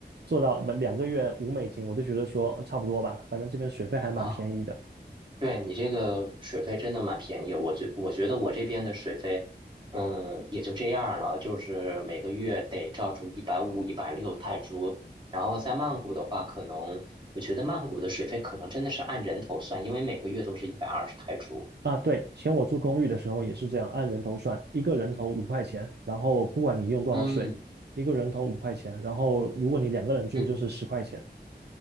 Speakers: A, on the right; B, on the right.
A: 做到两个月五美金，我就觉得说嗯差不多吧，反正这边水费还蛮便宜的
B: 啊。对你这个水费真的蛮便宜，我觉我觉得我这边的水费，嗯，也就这样了，就是每个月得照住一百五、一百六泰铢。然后在曼谷的话，可能我觉得曼谷的水费可能真的是按人头算，因为每个月都是一百二十泰铢。
A: 啊。对，以前我住公寓的时候也是这样，按人头算，一个人头五块钱，然后不管你用多少水，
B: 嗯
A: 一个人头五块钱，然后如果你两个人住就是十块钱。
B: 嗯